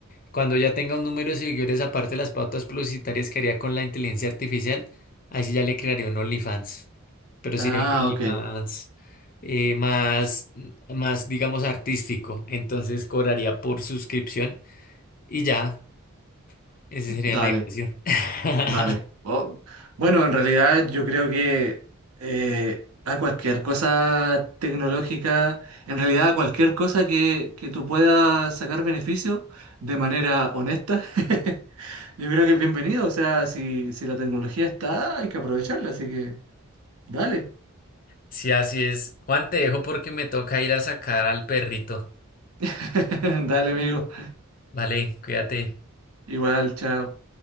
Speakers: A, on the left (about 40°); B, on the right (about 85°).
A: Cuando ya tenga un número de seguidores, aparte de las pautas publicitarias que haría con la inteligencia artificial, ahí sí ya le crearía un OnlyFans. Pero
B: Ah,
A: sería un OnlyFans
B: ok.
A: eh, más, más, digamos, artístico. Entonces cobraría por suscripción y ya, ese sería
B: Dale.
A: el negocio. <laughs>
B: Dale. Oh, Bueno, en realidad yo creo que eh, a cualquier cosa tecnológica, en realidad a cualquier cosa que, que tú puedas sacar beneficio de manera honesta, <laughs> yo creo que es bienvenido. O sea, si, si la tecnología está, hay que aprovecharla. Así que dale.
A: Sí, así es. Juan, te dejo porque me toca ir a sacar al perrito.
B: <laughs> Dale, amigo.
A: Vale, cuídate.
B: Igual, chao.